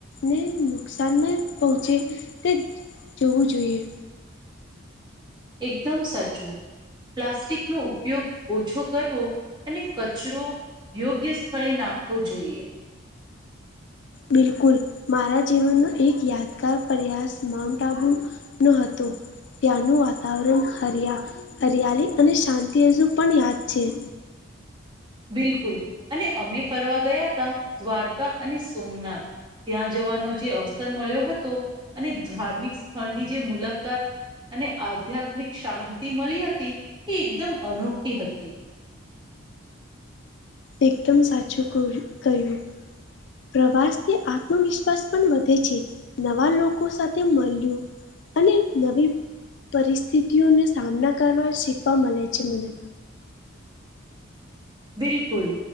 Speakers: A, on the left (about 55°); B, on the right (about 20°).
A: ને નુકસાન ના પહોંચે તે જોવું જોઈએ.
B: એકદમ સાચું. પ્લાસ્ટિક નો ઉપયોગ ઓછો કરવો અને કચરો યોગ્ય સ્થળે નાખવો જોઈએ
A: બિલકુલ મારા જીવનનો એક યાદગાર પ્રયાસ માઉન્ટ આબુ નો હતું ત્યાંનું વાતાવરણ હરિયા હરિયાળી અને શાંતિ હજુ પણ યાદ છે
B: બિલકુલ અને અમે ફરવા ગયા હતા દ્વારકા અને સોમનાથ ત્યાં જવાનો જે અવસર મળ્યો હતો અને ધાર્મિક સ્થળની જે મુલાકાત અને આધ્યાત્મિક શાંતિ મળી હતી એ એકદમ અનોખી હતી
A: એકદમ સાચું ક કહ્યું પ્રવાસથી આત્મવિશ્વાસ પણ વધે છે નવા લોકો સાથે મળ્યું અને નવી પરિસ્થિતિઓને સામના કરવા શીખવા મળે છે મને
B: બિલકુલ